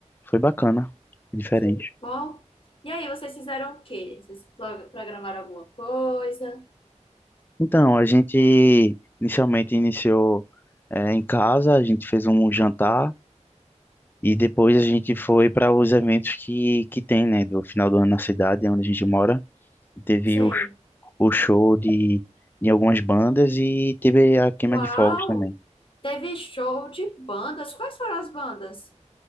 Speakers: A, on the left (about 15°); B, on the left (about 45°).
A: Foi bacana, diferente.
B: que bom! E aí, vocês fizeram o quê? Vocês pro- programaram alguma coisa?
A: Então, a gente inicialmente iniciou eh, em casa, a gente fez um jantar e depois a gente foi para os eventos que, que tem, né, do final do ano na cidade, onde a gente mora. Teve
B: Sei.
A: o, o show de, de algumas bandas e teve a queima
B: Uau!
A: de fogos também.
B: Teve show de bandas. Quais foram as bandas?